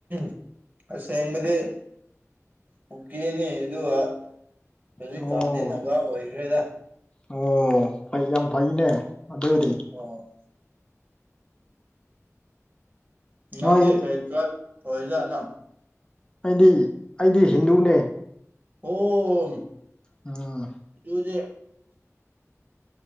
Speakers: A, on the right; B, on the left.
A: <unintelligible> ꯑꯁꯦꯡꯕꯗꯤ ꯀꯨꯀꯤꯅꯤ ꯑꯗꯨꯒ ꯍꯧꯖꯤꯛ
B: ꯑꯣ
A: ꯀꯥꯟꯗꯤ ꯅꯥꯒꯥ ꯑꯣꯏꯈ꯭ꯔꯦꯗ
B: ꯑꯣ ꯐꯩ ꯌꯥꯝ ꯐꯩꯅꯦ ꯑꯗꯨꯗꯤ
A: ꯑꯣ
B: ꯅꯣꯏ
A: ꯅꯪꯗꯤ ꯀꯩ ꯇ꯭ꯔꯥꯏꯕ ꯑꯣꯏꯖꯥꯠꯅꯣ
B: ꯑꯩꯗꯤ ꯑꯩꯗꯤ ꯍꯤꯟꯗꯨꯅꯦ
A: ꯑꯣꯝ
B: ꯑ
A: ꯑꯗꯨꯗꯤ